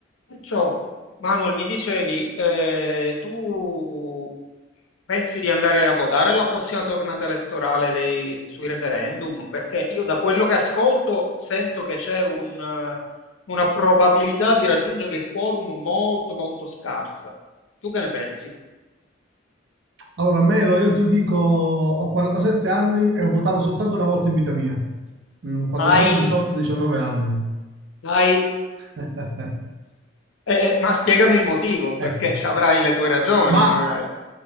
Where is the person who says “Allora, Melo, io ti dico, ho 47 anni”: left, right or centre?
Right